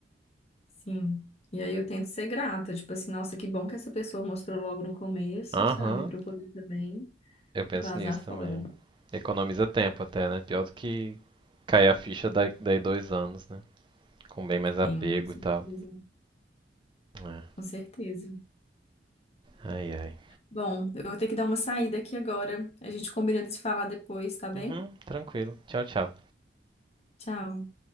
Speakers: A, on the left; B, on the right.
A: sim. E aí eu tento ser grata. Tipo assim, nossa, que bom que essa pessoa mostrou logo no começo,
B: Aham,
A: sabe? Pra eu poder também
B: Eu penso
A: vazar
B: nisso também.
A: fora.
B: Economiza tempo até, né? Pior do que cair a ficha daí, daí dois anos, né? Com bem mais apego
A: Sim, com certeza.
B: e tal. É.
A: Com certeza.
B: Ai, ai.
A: Bom, eu vou ter que dar uma saída aqui agora. A gente combina de se falar depois, tá bem?
B: Uhum, tranquilo. Tchau, tchau.
A: Tchau.